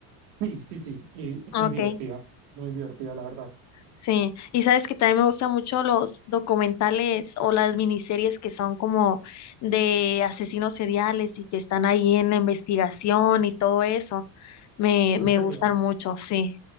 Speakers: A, on the right; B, on the left.
A: Sí, sí, sí, y es
B: Ok,
A: muy divertida, muy divertida, la verdad.
B: sí. Y sabes que también me gustan mucho los documentales o las miniseries que son como de asesinos seriales y que están ahí en la investigación y todo eso. Me,
A: En
B: me
A: serio.
B: gustan mucho, sí.